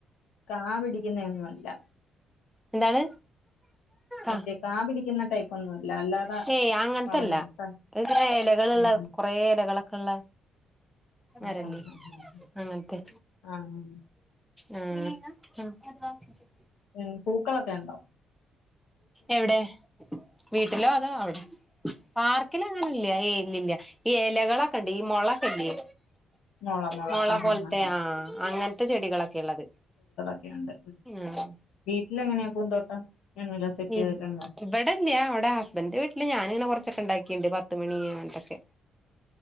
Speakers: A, on the left; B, in the centre.
A: കാ പിടിക്കുന്നയൊന്നും അല്ല
B: എന്താണ്
A: മറ്റേ
B: ആ
A: കാ പിടിക്കുന്ന ടൈപ്പ് ഒന്നും അല്ല അല്ലാതെ
B: ശേ അങ്ങത്തെല്ല
A: വളരുന്ന ത
B: എങ്ങനെ എലകളുള്ള
A: ഉം
B: കൊറേ എലകളൊക്കെള്ള
A: ഉം
B: അരളി
A: ആഹ് ആഹ് ആഹ്
B: അങ്ങൻത്തെ
A: ആഹ് ആഹ്
B: ആ അ <unintelligible>
A: ഉം പൂക്കളൊക്കെ ണ്ടൊ
B: എവിടെ വീട്ടിലോ അതോ അവിടെ പാർക്കില് അങ്ങനെല്ല ഏ ഇല്ലല്ല ഈ എലകളൊക്കെ ഇണ്ട് ഈ മുളൊക്കെ ഇല്ലേ.
A: മൊള മൊള
B: മുള
A: ആഹ്
B: പോലത്തെ
A: ആഹ് ആഹ് ആഹ്
B: ആ അങ്ങനത്തെ ചെടികളൊക്കെ അ ഉള്ളത്.
A: <inaudible> ണ്ട്
B: ആഹ്
A: വീട്ടില് എങ്ങനെയാ പൂന്തോട്ടം അങ്ങനെല്ലാം സെറ്റ്
B: ഇ
A: ചെയ്തിട്ടുണ്ടോ
B: ഇവിടല്ല്യാ അവിടെ ഹസ്ബൻന്റെ വീട്ടില് ഞാനി ഇങ്ങനെ കൊറച്ചൊക്കെ ഉണ്ടാക്കി ക്കെണ്ട് പത്ത്മണി അട്ടൊക്കെ